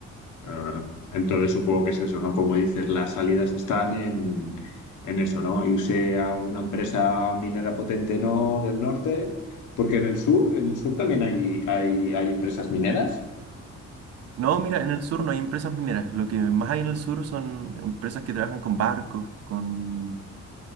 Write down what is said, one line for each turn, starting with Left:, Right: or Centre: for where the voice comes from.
Left: Claro, claro. Entonces supongo que es eso, ¿no? Como dices, las salidas están en, en eso, ¿no? Irse a una empresa minera potente, ¿no? Del norte, porque en el sur, en el sur también hay, hay, hay empresas mineras.
Right: No, mira, en el sur no hay empresas mineras. Lo que más hay en el sur son empresas que trabajan con barcos, con